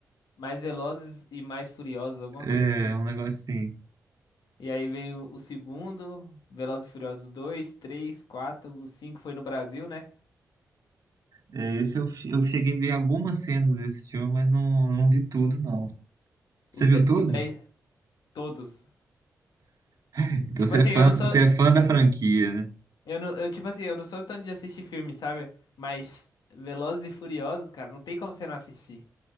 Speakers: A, on the left; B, on the right.
A: mais velozes e mais furiosos, alguma
B: é
A: coisa assim.
B: um negócio assim.
A: E aí veio o segundo, Velozes e Furiosos dois, 3, 4, o 5 foi no Brasil, né?
B: É, esse eu, che- eu cheguei a ver algumas cenas desse filme, mas não, não vi tudo, não. Você
A: O de-
B: viu tudo?
A: o 10, todos.
B: <laughs> Então
A: Tipo
B: você
A: assim,
B: é fã,
A: eu não sou.
B: você é fã da franquia, né?
A: Eu não, eu, tipo assim, eu não sou tanto de assistir filme, sabe? Mas Velozes e Furiosos, cara, não tem como você não assistir.